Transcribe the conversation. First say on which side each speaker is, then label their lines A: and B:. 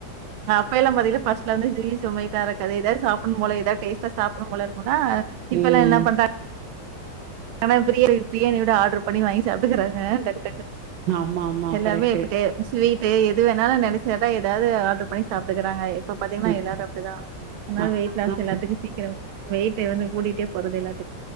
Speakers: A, on the right (about 85°); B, on the right (about 70°).
A: இப்ப எல்லாம் பாத்தீங்னா ஃபர்ஸ்ட்லேர்ந்து சுகி சோமேட்டா எனக் அதேதா சாப்பட்னு போல எதா டேஸ்டா சாப்பட்னு போல இருக்கு ஆ இப்பல்லா
B: ம்
A: என்ன பண்றா ஆனா பிரியா பிரியாணி விட ஆட்ரு பண்ணி வாங்கி சாப்ட்டுக்குறாங்க ட
B: ஆமா ஆமா
A: எல்லாமே
B: கரெக்ட்டு.
A: இப்படே ஸ்வீட்டு எது வேணாலு நெனச்சினட்டா ஏதாது ஆட்ரு பண்ணி சாப்ட்டுக்குறாங்க இ இப்ப பாத்தீங்னா
B: ம்
A: எல்லாரு அப்டிதா அனால
B: அதனாலதா
A: வெயிட் லாஸ் எல்லாத்துக்கு சீக்கிரொ வெய்ட்டு வந்து கூடிட்டே போறது எல்லாத்